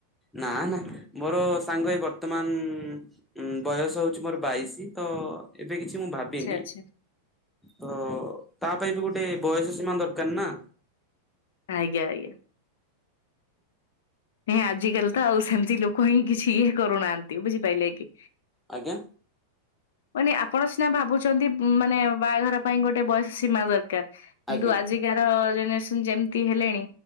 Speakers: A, in the centre; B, on the left.
A: ନା, ନା। ମୋର ସାଙ୍ଗ ଏଇ ବର୍ତ୍ତମାନ ଉମ୍ ବୟସ ହଉଛି ମୋର ବାଇଶି, ତ ଏବେ କିଛି ମୁଁ ଭାବିନି
B: ଆଚ୍ଛା ଆଚ୍ଛା।
A: ତ ତା ପାଇଁ ବି ଗୋଟେ ବୟସ ସୀମା ଦରକାର ନା।
B: ଆଜ୍ଞା ଆଜ୍ଞା। ନାଇଁ ଆଜିକାଲି ତ ଆଉ ସେମତି ଲୋକ ହିଁ କିଛି ଇଏ କରୁନାହାଁନ୍ତି। ବୁଝିପାଇଲେ କି?
A: ଆଜ୍ଞା?
B: ମାନେ ଆପଣ ସିନା ଭାବୁଛନ୍ତି ମାନେ ବାହାଘର ପାଇଁ ଗୋଟେ ବୟସ ସୀମା ଦରକାର କିନ୍ତୁ
A: ଆଜ୍ଞା
B: ଆଜିକାର ଜେନେରେସନ ଯେମତି ହେଲେଣି,